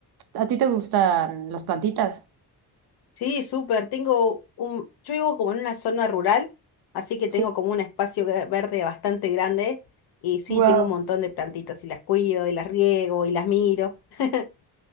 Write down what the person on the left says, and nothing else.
Sí, súper. Tengo un... Yo vivo como en una zona rural, así que tengo
como un espacio gra- verde bastante grande. Y sí,
tengo un montón de plantitas y las cuido y las riego y las miro. <laughs>